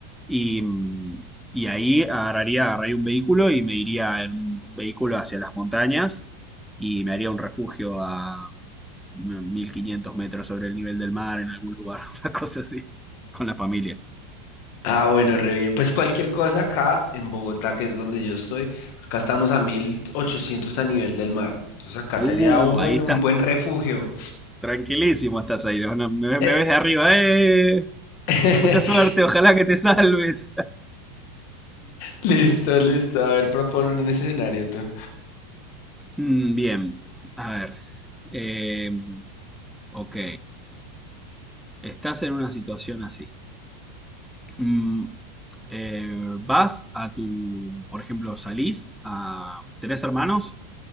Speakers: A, in the centre; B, on the left (about 55°).
A: Y, mm, y ahí agarraría, agarraría un vehículo y me iría en un vehículo hacia las montañas y me haría un refugio a mm, 1500 metros sobre el nivel del mar en algún lugar, <laughs> una cosa así. Con la familia.
B: Ah, bueno, re bien. Pues cualquier cosa acá en Bogotá, que es donde yo estoy, acá estamos a 1800 a nivel del mar. Entonces acá
A: Uh,
B: sería un buen,
A: ahí estás.
B: un buen refugio.
A: Tranquilísimo estás ahí. ¿no? No, Me,
B: Eh,
A: me ves de arriba. ¡Eh!
B: <laughs>
A: Mucha suerte, ojalá que te salves. <laughs>
B: Listo, listo. A ver, propone un escenario tú.
A: Mm, Bien, a ver. Eh, ok, estás en una situación así. Mm, eh, vas a tu, por ejemplo, salís a tres hermanos.